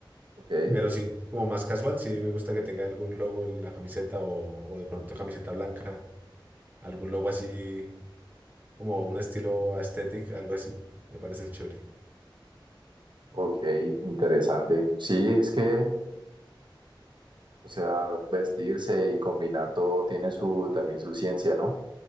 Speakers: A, on the right; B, on the right.
A: ¿Ok?
B: Pero sí, como más casual, sí me gusta que tenga algún logo en la camiseta o, o de pronto camiseta blanca Algún logo así, como un estilo aesthetic, algo así, me parece chévere.
A: Ok, interesante. Sí, es que... O sea, vestirse y combinar todo tiene su también su ciencia, ¿no?